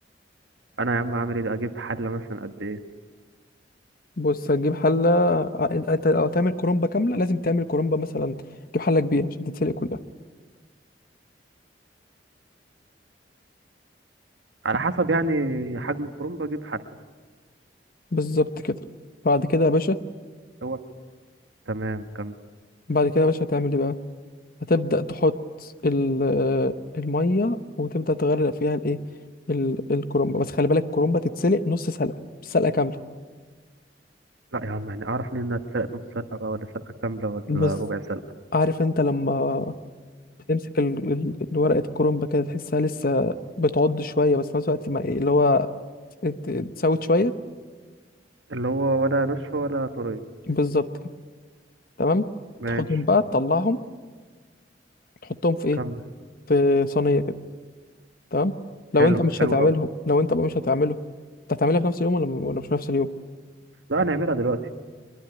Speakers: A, on the right; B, on the left.
A: انا يا عم اعمل ايه ده اجيب حله مثلا قد ايه
B: بص هتجيب حله ع- انت أنت لو هتعمل كرومبه كامله لازم تعمل كرومبه مثلا تجيب حله كبيره عشان تتسلق كلها
A: على حسب يعني حجم الكرنب اجيب حله
B: بالظبط كده بعد كده يا باشا
A: هو تمام كمل
B: بعد كده يا باشا هتعمل ايه بقى هتبدأ تحط ال- آه، المية وتبدأ تغرق فيها الايه ال- الكرنبة بس خلي بالك الكرنبة تتسلق نص سلقة مش سلقة كاملة
A: لا يا عم يعني اعرف منين انها تسرق نص سلقه بقى ولا سلقه كامله
B: بص
A: ولا ربع سلقه
B: عارف انت لما بتمسك ال- ال- الورقة الكرنبة كده تحسها لسه بتعض شوية بس في نفس الوقت ما إيه اللي هو ات- اتسوت شوية
A: اللي هو ولا نصف ولا طريق
B: بالظبط كده تمام
A: ماشي
B: تاخدهم بقى تطلعهم تحطهم في ايه
A: كمل
B: في صينية كده تمام لو
A: حلو
B: انت مش
A: حلو
B: هتعملهم
A: قوي
B: لو انت بقى مش هتعملهم انت هتعملها في نفس اليوم ولا ولا مش في نفس اليوم
A: لا نعملها دلوقتي